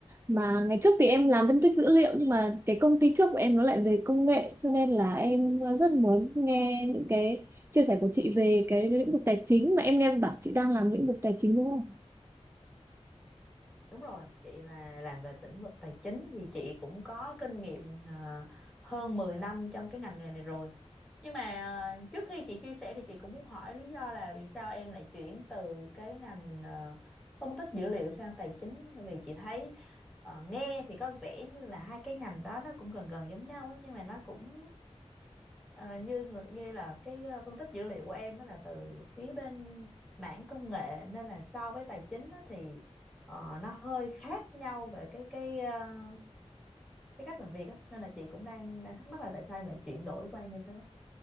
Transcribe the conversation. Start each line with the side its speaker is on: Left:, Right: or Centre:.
Right: mà ngày trước thì em làm phân tích dữ liệu nhưng mà cái công ty trước của em nó lại về công nghệ cho nên là em ờ, rất muốn nghe những cái chia sẻ của chị về cái lĩnh vực tài chính mà em nghe bảo chị đang làm lĩnh vực tài chính đúng không?
Centre: Đúng rồi, chị là làm về lĩnh vực tài chính thì chị cũng có kinh nghiệm ờ, hơn 10 năm trong cái ngành nghề này rồi. Nhưng mà ờ, trước khi chị chia sẻ thì chị cũng muốn hỏi lý do là vì sao em lại chuyển từ cái ngành ờ, phân tích dữ liệu sang tài chính bởi vì chị thấy ờ, nghe thì có vẻ như là hai cái ngành đó nó cũng gần gần giống nhau ấy, nhưng mà nó cũng ờ, như ngự- như là cái ờ, phân tích dữ liệu của em đó là từ phía bên mảng công nghệ nên là so với tài chính á thì ờ, nó hơi khác nhau về cái cái ờ, cái cách làm việc á nên là chị cũng đang đang thắc mắc là tại sao em lại chuyển đổi qua như thế